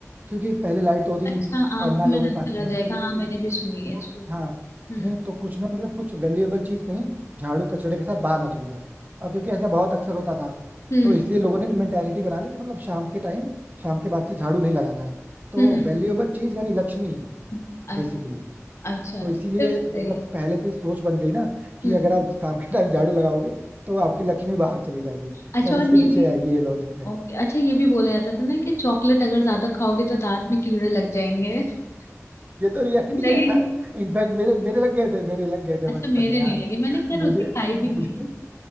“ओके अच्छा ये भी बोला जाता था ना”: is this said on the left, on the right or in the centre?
Left